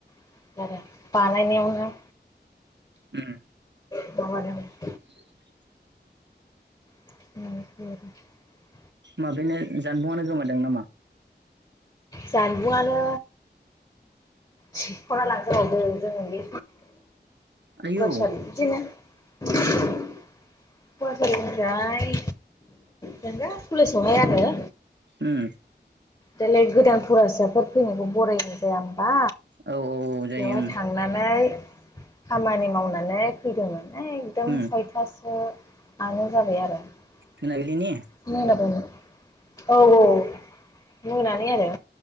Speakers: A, on the left (about 25°); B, on the right (about 80°).
A: <unintelligible> बानायनायावनो।
B: उम।
A: <unintelligible>
B: <inaudible>
A: <unintelligible>
B: माबेनो जानबुङानो गोमादों नामा?
A: जानबुंआनो सिखना लांजाबावदों जों बे
B: आयौ
A: समाव <unintelligible> <inaudible> फरायसालि निफ्राय जेनबा कलेज आवगाय आरो
B: उम।
A: दालाय गोदान फरायासाफोर फैनायखौ बरायनाय जाया होमबा?
B: औ औ जायो
A: बेवहाय
B: उम
A: थांनानै खामानि मावनानै फैदोंमोन। एकदम
B: उम
A: सयथासो आनो जाबाय आरो।
B: मोनाबिलिनि
A: <unintelligible> औ औ मोनानि आरो।